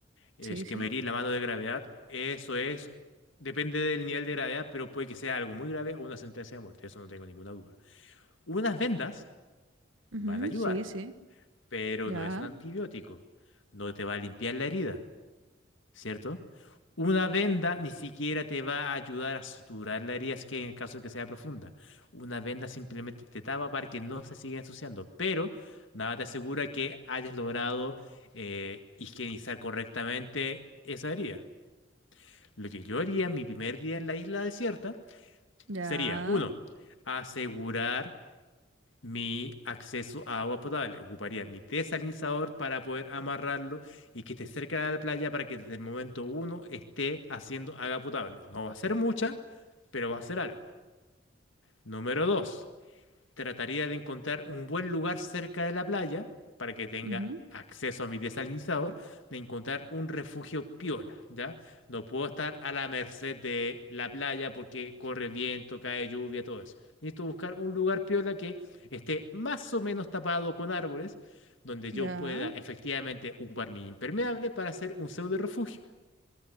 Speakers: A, on the left (about 75°); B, on the right (about 80°).
A: Es
B: Sí, sí.
A: que me herí la mano de gravedad, eso es, depende del nivel de gravedad, pero puede que sea algo muy grave o una sentencia de muerte, eso no tengo ninguna duda. Unas vendas
B: Ujú,
A: van a ayudar,
B: sí, sí.
A: pero
B: Ya,
A: no es un antibiótico, no te va a limpiar la herida. ¿cierto? Una venda ni siquiera te va a ayudar a suturar la herida, así que en el caso de que sea profunda. Una venda simplemente te tapa para que no se siga ensuciando, pero nada te asegura que hayas logrado eh, higienizar correctamente esa herida. Lo que yo haría mi primer día en la isla desierta
B: ya,
A: sería, uno, asegurar mi acceso a agua potable. Ocuparía mi desalinizador para poder amarrarlo y que esté cerca de la playa para que desde el momento uno esté haciendo agua potable. No va a ser mucha, pero va a ser algo. Número dos. Trataría de encontrar un buen lugar cerca de la playa para que tenga
B: ujú,
A: acceso a mi desalinizador, de encontrar un refugio piola, ¿ya? No puedo estar a la merced de la playa porque corre viento, cae lluvia, todo eso. Necesito buscar un lugar piola que esté más o menos tapado con árboles, donde yo
B: ya,
A: pueda efectivamente ocupar mi impermeable para hacer un pseudo refugio